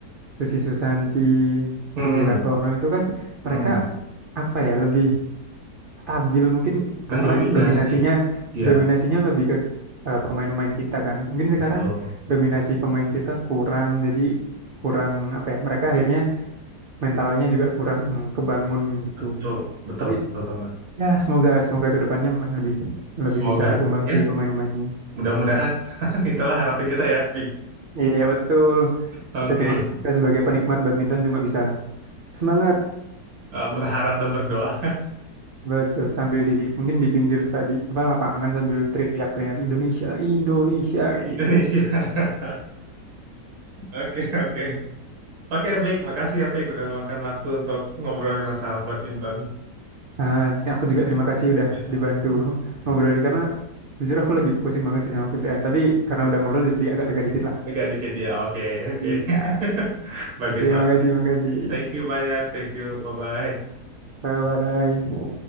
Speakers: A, on the right (about 75°); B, on the right (about 60°).
A: Susi Susanti,
B: <laughs> hmm,
A: Rudy Hartono itu kan mereka
B: hmm.
A: apa ya lebih stabil mungkin
B: mendominasi
A: karena dominasinya
B: ya
A: dominasinya lebih ke eh, pemain-pemain kita kan. Mungkin
B: betul
A: sekarang dominasi pemain kita kurang jadi kurang apa ya mereka akhirnya mentalnya juga kurang kebangun gitu.
B: betul betul
A: Tapi
B: betul banget
A: ya semoga semoga kedepannya mah lebih
B: semoga
A: lebih bisa berkembang
B: ya
A: sih pemain-pemain ini.
B: Mudah-mudahan <laughs> itulah harapan kita ya, Vic.
A: Iya betul.
B: Oke,
A: Kita cuma kita sebagai penikmat badminton cuma bisa semangat.
B: Eh, berharap dan berdoa
A: Betul, sambil di mungkin di pinggir stadi apa lapangan sambil teriak-teriak Indonesia, Indonesia kayak
B: Indonesia.
A: gitu.
B: <laughs> Oke, oke. Oke, Vic, makasih ya, Vic, udah meluangkan waktu untuk ngobrolin masalah badminton.
A: Nah, aku juga terima kasih udah
B: Ya,
A: dibantu <laughs> ngobrolin karena jujur aku lagi pusing banget sih sama kerjaan, tapi karena udah ngobrol jadi agak lega dikit lah.
B: Agak dikit ya. Oke, oke.
A: Iya.
B: <laughs> Bagus
A: Oke,
B: lah.
A: makasih, makasih.
B: Thank you banyak. Thank you. Bye-bye.
A: Bye bye.